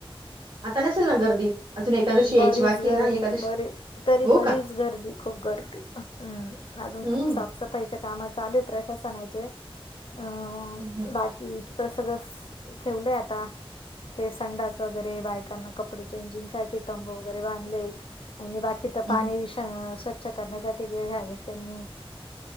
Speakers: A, on the right (about 55°); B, on the left (about 65°).
A: आता नसेल ना गर्दी, अजून एकादशी
B: बरीच
A: यायची बाकी
B: गर्दी
A: आहे ना, एकादशी-
B: बरी तरी
A: हो
B: बरीच
A: का
B: गर्दी खूप गर्दी हम्म अजून
A: हम्म
B: साफसफ- पैसे काम चालू आहेत प्रशासनाचे, अ
A: हम्म
B: बाकी प्र- प्रेस ठेवलंय आता. ते संडास वगैरे बायकांना कपडे चेंजिंग साठी तंबू वगैरे बांधले आहेत आणि बाकी- तिथं
A: हम्म
B: पाणी श स्वच्छ करण्यासाठी जे घ्यावेस त्यांनी-